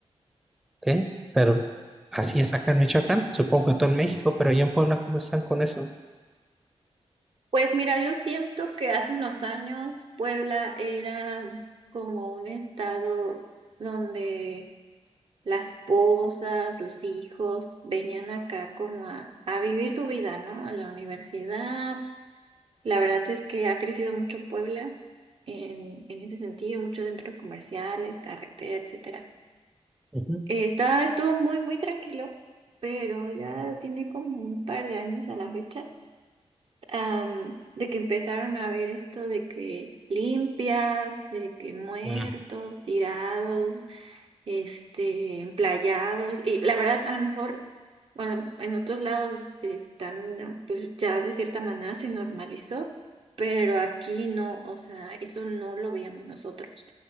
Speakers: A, in the centre; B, on the right.
A: ¿ok? Pero así es acá en Michoacán, supongo que todo en México, pero allá en Puebla, ¿cómo están con eso?
B: Pues mira, yo siento que hace unos años Puebla era como un estado donde las esposas, los hijos, venían acá como a, a vivir su vida, ¿no? A la universidad. La verdad es que ha crecido mucho Puebla en, en ese sentido, muchos centros comerciales, carretera, etcétera.
A: Ujú.
B: Eh, está, estuvo muy, muy tranquilo, pero ya tiene como un par de años a la fecha am, de que empezaron a ver esto de que limpias, de que muertos,
A: Mm.
B: tirados, este, emplayados, y la verdad, a lo mejor, bueno, en otros lados están, pues ya de cierta manera se normalizó, pero aquí no, o sea, eso no lo veíamos nosotros,